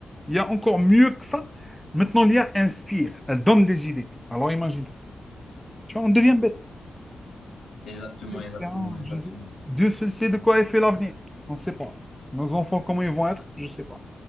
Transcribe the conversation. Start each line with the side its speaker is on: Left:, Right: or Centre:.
Centre: Il y a encore mieux que ça. Maintenant, l'IA inspire. Elle donne des idées. Alors imagine. Tu vois, on devient bête.
Left: Exactement,
Centre: Espérons,
Left: exactement, exactement.
Centre: je- Dieu seul sait de quoi est fait l'avenir. On ne sait pas. Nos enfants, comment ils vont être, je ne sais pas.